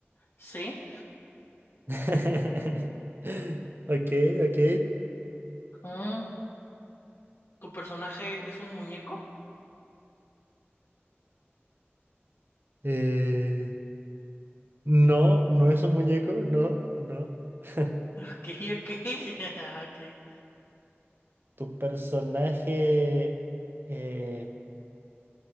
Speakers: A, on the left; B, on the right.
A: Sí.
B: <laughs> Ok, ok.
A: Mm, ¿tu personaje es un muñeco?
B: Eh, no, no es un muñeco, no, no. <laughs>
A: Ok, ok. <laughs> Ok.
B: Tu personaje... eh,